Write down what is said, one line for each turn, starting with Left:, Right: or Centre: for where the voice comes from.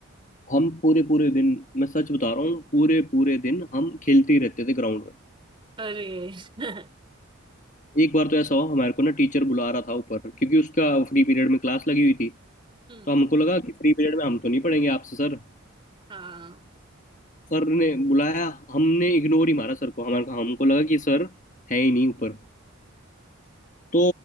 Left: हम पूरे पूरे दिन मैं सच बता रहा हूँ पूरे पूरे दिन हम खेलते ही रहते थे ग्राउंड में
Right: अरे <laughs>
Left: एक बार तो ऐसा हुआ हमारे को ना टीचर बुला रहा था ऊपर क्योंकि उसका फ्री पीरियड में क्लास लगी हुई थी
Right: हम्म
Left: तो हमको लगा कि फ्री पीरियड में हम तो नहीं पढ़ेंगे आपसे सर
Right: हाँ
Left: सर ने बुलाया हमने इग्नोर ही मारा सर को हमारे हमको लगा कि सर है ही नहीं ऊपर तो